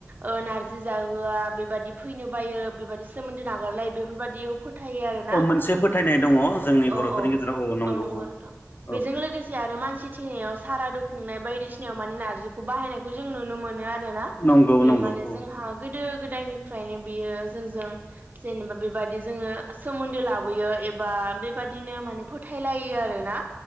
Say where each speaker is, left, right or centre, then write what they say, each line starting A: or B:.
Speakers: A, on the right (about 35°); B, on the left (about 40°).
A: ओ नारजि जाहोआ बेबायदि फै नो बायो बेबायदि सोमोन्दो नागारलायो बेफोरबायदियाव फो थायो आरो ना
B: औ मोनसे फोथायनाय दङ जोंनि
A: औ
B: बर'फोरनि
A: औ
B: गेजेराव
A: औ नंगौ
B: औ
A: नोंथां बेजों
B: औ
A: लोगोसे आरो मानसि थैनायाव सारादु खुंनायाव बायदिसिनायाव माने नारजिखौ बाहायनायखौ जों नुनो मोन नो आरो ना
B: नंगौ
A: बे
B: नंगौ
A: माने
B: औ
A: जोंहा गोदो गोदायनिफ्रायनो बियो जोंजों जेनेबा बेबाददि जोङो सोमोन्दो लाबोयो एबा बेबादिनो माने फोथायलायो आरो ना